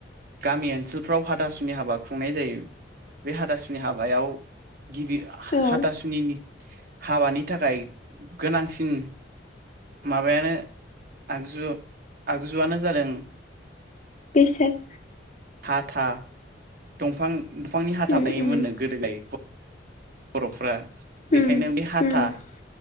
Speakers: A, on the right; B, on the left.
A: गामि ओनसोलफ्राव हाथासुनि हाबा खुंनाय जायो बे हाथासुनि हाबायाव गिबि
B: औ
A: हाथासुनिनि हाबानि थाखाय गोनांसिन माबायानो आगजु आगजुआनो जादों
B: बेसाद
A: हाथा दंफां दंफांनि हाथा
B: उम
A: बानायोमोननो
B: उम
A: गोदोलाय बर'फ्रा बेखायनो
B: उम
A: बे हाथा
B: उम